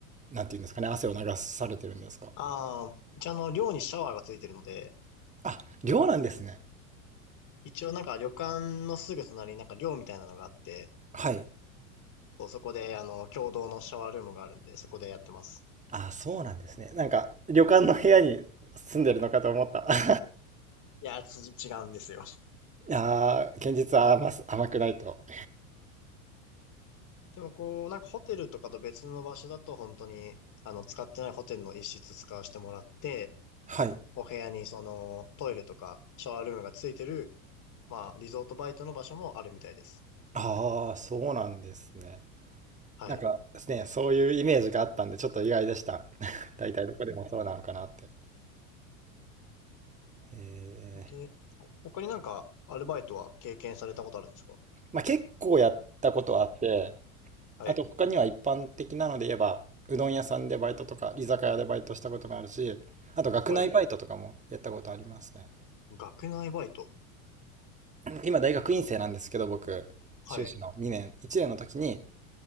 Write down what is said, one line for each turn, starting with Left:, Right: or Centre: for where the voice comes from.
Right: なんていうんですかね、汗を流されてるんですか
Left: ああ、一応あの、寮にシャワーがついてるので、
Right: あ、寮なんですね。
Left: 一応なんか旅館のすぐ隣になんか寮みたいなのがあって、
Right: はい。
Left: そうそこであの、共同のシャワールームがあるんで、そこでやってます。
Right: あ、そうなんですね。なんか、旅館の部屋に住んでるのかと思った。<laughs>
Left: いや、つ違うんですよ。
Right: ああ、現実は甘す、甘くないと。
Left: でもこう、なんかホテルとかと別の場所だと本当に、あの、使ってないホテルの一室使わせてもらって、
Right: はい。
Left: お部屋にそのトイレとかシャワールームがついてる、まあ、リゾートバイトの場所もあるみたいです。
Right: ああ、そうなんですね。
Left: はい。
Right: なんかですね、そういうイメージがあったんで、ちょっと意外でした。<laughs> 大体どこでもそうなのかなって。ええ。
Left: で、他になんかアルバイトは経験されたことあるんですか
Right: まあ結構やったことはあって、
Left: はい。
Right: あと他には一般的なので言えば、うどん屋さんでバイトとか、居酒屋でバイトしたことがあるし、あと学内バイトとかもやったことありますね。
Left: はい。学内バイト。
Right: 今大学院生なんですけど僕修士の2年1年の時に
Left: はい。